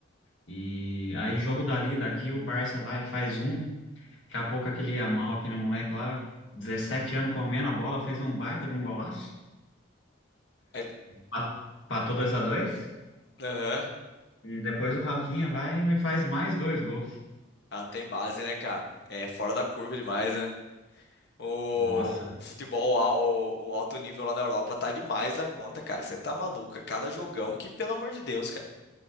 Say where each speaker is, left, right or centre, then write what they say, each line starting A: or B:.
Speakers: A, on the left; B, on the left.
A: E aí jogo dali, daqui, o Barça vai, faz um. Daqui a pouco aquele Yamal, aquele moleque lá, 17 anos comendo a bola, fez um baita de um golaço.
B: Ele-
A: Pa- Empatou 2x2.
B: Aham.
A: E depois o Rafinha vai e me faz mais dois gols.
B: Ah, não tem base, né, cara? É fora da curva demais, né? O,
A: Nossa,
B: o futebol, al- o, o alto nível lá na Europa tá demais da conta, cara. Você tá maluco. É Cada jogão que, pelo amor de Deus, cara.